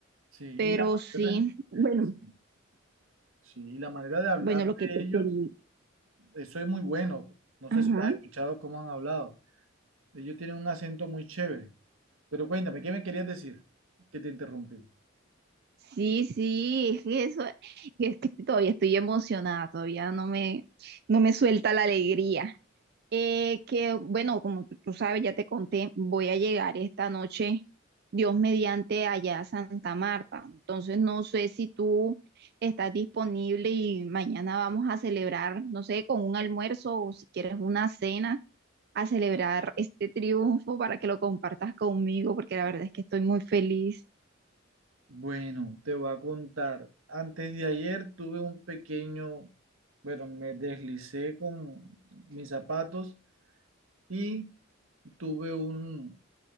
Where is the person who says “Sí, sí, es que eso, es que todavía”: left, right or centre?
Right